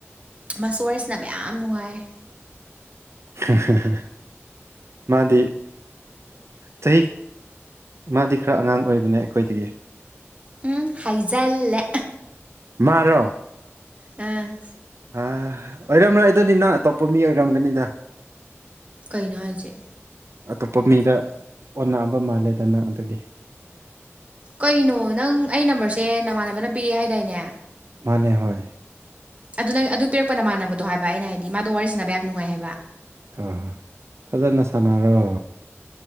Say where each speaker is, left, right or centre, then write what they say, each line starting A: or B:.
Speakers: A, on the right; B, on the right.
A: ꯃꯁꯨ ꯋꯥꯔꯤ ꯁꯥꯅꯕꯥ ꯌꯥꯝ ꯅꯨꯡꯉꯥꯏ
B: ꯍꯥ ꯍꯥ ꯃꯥꯗꯤ ꯆꯍꯤ ꯃꯥꯗꯤ ꯈꯔ ꯑꯉꯥꯡ ꯑꯣꯏꯕꯅꯦ ꯑꯩꯈꯣꯏꯗꯒꯤ
A: ꯎꯝ ꯍꯥꯏꯖꯜꯂꯦ
B: ꯃꯔꯣ
A: ꯑꯝ
B: ꯑ ꯑꯣꯏꯔꯝꯂꯣꯏ ꯑꯩꯗꯅꯤ ꯅꯪ ꯑꯇꯣꯞꯄ ꯃꯤ ꯑꯣꯏꯔꯝꯒꯅꯤꯗ
A: ꯀꯩꯅꯣ ꯍꯥꯏꯖꯦ
B: ꯑꯇꯣꯞꯄ ꯃꯤꯗ ꯑꯣꯟꯅꯕ ꯃꯥꯜꯂꯦꯗ ꯅꯪ ꯑꯗꯨꯗꯤ
A: ꯀꯩꯅꯣ ꯅꯪ ꯑꯩ ꯅꯝꯕꯔꯁꯦ ꯅꯃꯥꯟꯅꯕꯅ ꯄꯤꯔꯛꯑꯦ ꯍꯥꯏꯗꯥꯏꯅꯦ
B: ꯃꯥꯅꯦ ꯍꯣꯏ
A: ꯑꯗꯨ ꯅꯪ ꯑꯗꯨ ꯄꯤꯔꯛꯄꯅ ꯃꯥꯟꯅꯕꯗꯣ ꯍꯥꯏꯕ ꯑꯩꯅ ꯍꯥꯏꯗꯤ ꯃꯥꯗꯣ ꯋꯥꯔꯤ ꯁꯥꯟꯅꯕ ꯌꯥꯝ ꯅꯨꯡꯉꯥꯏ ꯍꯥꯏꯕ
B: ꯍ ꯍꯣꯏ ꯐꯖꯅ ꯁꯥꯟꯅꯔꯣ